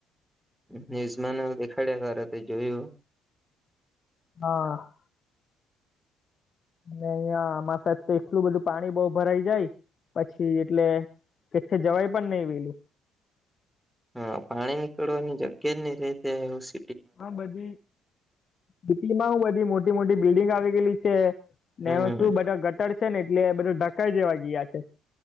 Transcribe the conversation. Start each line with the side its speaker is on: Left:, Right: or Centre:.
Centre: ન્યૂઝ માને દેખાડ્યા કર તે જોયું.
Left: હા. અને અહિયાં આમા સાથે એટલું બધું પાણી બહુ ભરાઈ જાય પછી એટલે, કેછે જવાઈ પણ નહીં વેલું.
Centre: હા પાણી નીકળવાની જગ્યા જ નઈ રે તે એવું શ
Left: હા બધી, સીટીમાં હું બધી મોટી મોટી બિલ્ડિંગ આવી ગયલી છે.
Centre: હમ
Left: ને એ શું બધા ગટર છે ને એટલે બધા ધકાઈ જેવા ગયા છે.